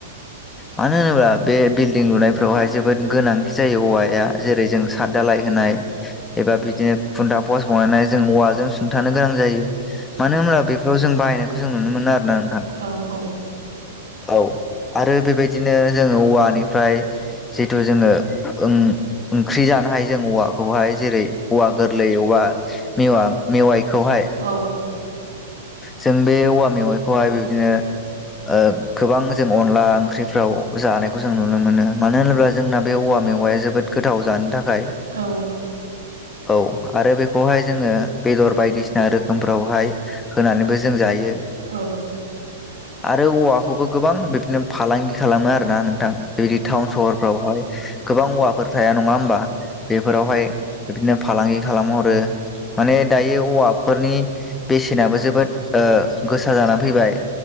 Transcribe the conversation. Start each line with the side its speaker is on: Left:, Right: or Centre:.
Left: मानो होनोब्ला बे बिल्डिं लुनायफोरावहाय जोबोद गोनांथि जायो औवाया। जेरै जों साद दालाय होनाय एबा बिद दिनो खुन्था पस बनानै जों औवाजों सुंथानो गोनां जायो मानो होनब्ला बे फोराव' जों बायनायखौ जों नुनो मोनो आरो ना नोंथां।
Right: औ औ।
Left: औ आरो बेबायदिनो जों औवानिफ्राय जिथु जोङो ओं-ओंख्रि जानो हाय जों औवा खौहाय जेरै औवा गोरलै अबाव मेवा-मेवाइखौहाय।
Right: औ
Left: जों बे औवा मेवाइखौहाय बेदिनो ओ गोबां जों अनला ओंख्रिफ्राव जानायखौ जों नुनो मोनो मानो होनोब्ला जोंना बे औवा मेगवाया जोबोद गोथाव जानो थाखाय।
Right: औ।
Left: औ आरो बेखौहाय जोङो बेदर बायदिसिना रोखोमफ्रावहाय होनानैबो जों जायो।
Right: औ।
Left: आरो औवाखौबो गोबां बिबदिनो फालांगि खालामो आरोना नोंथां। बेबायदि टाउन सहरफ्रावहाय गोबां औवाफोर थाया नङा होमबा, बेफोरावहाय बिदिनो फालांगि खालामहरो माने दायो औवाफोरनि बेसेनाबो जोबोद ओ गोसा जानानै फैबाय।